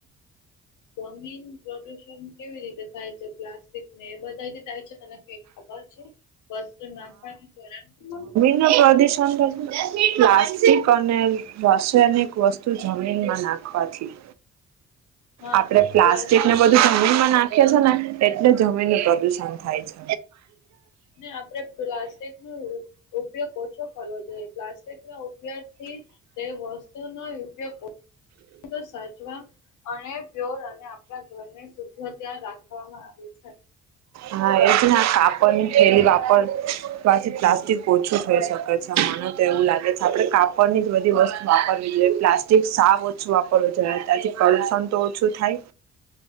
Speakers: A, on the left; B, on the right.
A: જમીન પ્રદુષણ કેવી રીતે થાય છે? પ્લાસ્ટિક ને એ બધાયથી થાય છે તને એ ખબર છે વસ્તુ નાખવાની જરાક
B: નું પ્રદુષણ પ્લાસ્ટિક અને રસાયનિક વસ્તુ જમીનમાં નાખવાથી
A: હા
B: આપડે પ્લાસ્ટિક ને બધું
A: નો
B: જમીનમાં નાખીએ છીએ ન એટલે જમીનનું પ્રદુષણ થાય છે.
A: ને આપડે પ્લાસ્ટિકનું ઉપયોગ ઓછો કરવો જોઈએ પ્લાસ્ટિકના ઉપયોગથી તે વસ્ તુ નો ઉપયોગ <unintelligible> સાચવા અને પ્યોર અને આપણા ઘરને શુભ્યચાર રાખવામાં આવે છે.
B: હા એજ ના કાપડની થેલી વાપર વાથી પ્લાસ્ટિક ઓછું થઈ શકે છે મને તો એવું લાગે છે આપે કાપડની
A: અ,
B: જ બધી વસ્તુ વાપરવી જોઈએ પ્લાસ્ટિક સાવ ઓછું વાપરવું જોઈએ ત્યાંથી પ્રદૂષણ તો ઓછું થાય.